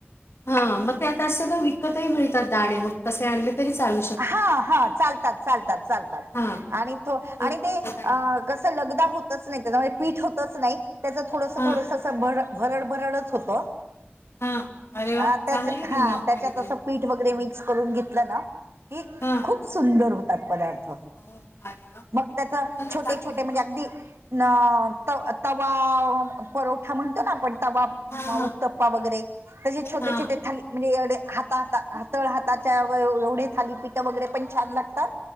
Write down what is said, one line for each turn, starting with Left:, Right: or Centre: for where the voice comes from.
Left: हां, मग ते आता असे ना विकतही मिळतात दाणे मग तसे आणले तरी चालू शकतात.
Right: हां, हां चालतात चालतात चालतात
Left: हा
Right: आणि तो
Left: विकत
Right: आणि ते
Left: आणले.
Right: अं कसं लगदा होतंच नाही त्याचं पीठ होतंच नाही.. त्याचं थोडसं-थोडसं
Left: हा
Right: असं भरड-भरडच होतो.
Left: हा अरे
Right: अं
Left: वा
Right: त्याच्या
Left: चांगली आहे
Right: हां
Left: ना मग
Right: त्याच्यात
Left: आयडिया
Right: असं पीठ वगैरे मिक्स करून घेतलं ना की,
Left: हा
Right: खूप सुंदर होतात पदार्थ
Left: हो, अरे वा
Right: मग त्याचं
Left: खरंच
Right: छोटे-छोटे
Left: चांगली गोष्ट
Right: म्हणजे अगदी
Left: आहे.
Right: न त तवा परोठा म्हणतो ना आपण तवा
Left: हा हा
Right: टप्पा वगैरे तसे छोटे
Left: हा
Right: छोटे थाली म्हणजे एवढे हातात तळ हाताच्या एवढे थालीपीठं वगैरे पण छान लागतात